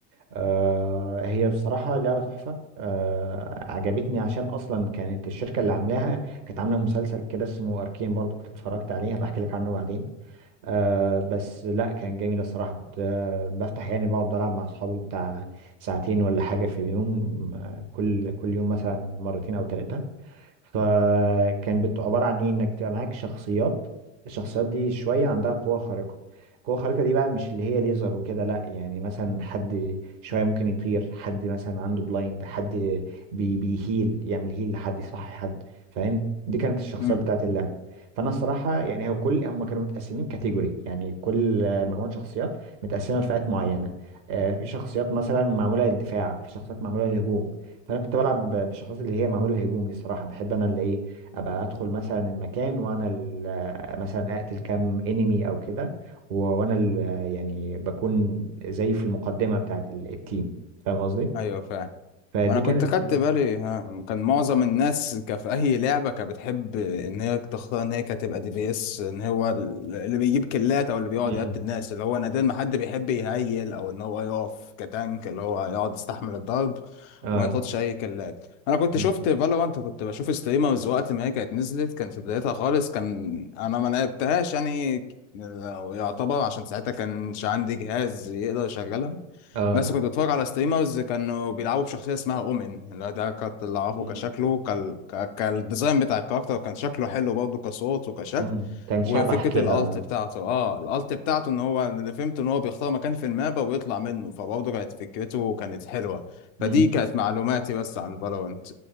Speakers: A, on the right; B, on the left.
A: آه، هي بصراحه لعبه تحفه آه، عجبتني عشان اصلا كانت الشركه اللي عاملاها كانت عامله مسلسل كده اسمه اركين برضو كنت اتفرجت عليه هبقى احكي لك عنه بعدين آه بس لا كان جميل الصراحة كنت آه بفتح يعني بقعد ألعب مع أصحابي بتاع ساعتين ولا حاجة في اليوم آه كل كل يوم مثلا مرتين أو ثلاثة فكان بت- عبارة عن ايه انك تبقى معاك شخصيات الشخصيات دي شوية عندها قوة خارقة القوة الخارقة دي بقى مش اللي هي ليزر وكده لا يعني مثلا حد شوية ممكن يطير حد مثلا عنده بلايند حد بي بيهيل يعمل هيل لحد يصحي حد فاهم دي كانت الشخصيات
B: امم
A: بتاعت اللعبة فانا الصراحة يعني هو كل هم كانوا متقسمين كاتيجوري يعني كل آه، مجموعة شخصيات متقسمة لفئات معينة آه، في شخصيات مثلا معمولة للدفاع في شخصيات معمولة للهجوم فانا كنت بلعب ب- بالشخصيات اللي هي معموله الهجوم دي الصراحه بحب انا اللي ايه ابقى ادخل مثلا المكان وانا ال- مثلا اقتل كام انمي او كده و- وانا ال- يعني بكون زي في المقدمه بتاعه ال- التيم فاهم قصدي
B: ايوه فاهم
A: فدي
B: ما انا
A: كانت
B: كنت خدت بالي ها، كان معظم الناس ك- في اي لعبه كانت بتحب ان هي تختار ان هي كانت تبقى دي بي اس ان هو ال- اللي بيجيب كلات او اللي بيقعد
A: امم
B: يقتل الناس اللي هو نادر ما حد بيحب يهيل او ان هو يقف كتانك اللي هو يقعد يستحمل الضرب
A: اه
B: وما ياخدش اي كلات انا كنت
A: مم.
B: شفت فالورانت وكنت بشوف ستريمرز وقت ما هي كانت نزلت كان في بدايتها خالص كان انا ما لعبتهاش يعني ك- لو يعتبر عشان ساعتها كانش عندي جهاز يقدر يشغلها
A: اه
B: بس كنت بتفرج على ستريمرز كانوا بيلعبوا بشخصية اسمها أومن اللي ده كنت اللي أعرفه
A: مم.
B: كشكله كال... ك... كالديزاين بتاع الكاركتر كان شكله حلو برضه كصوت وكشكل
A: امم كان شبح
B: وفكرة
A: كده
B: الألت بتاعته اه الألت بتاعته إن هو اللي فهمت إن هو بيختار مكان في المابا ويطلع منه فبرضه كانت فكرته كانت حلوة
A: امم
B: فدي كانت معلوماتي بس عن فالورنت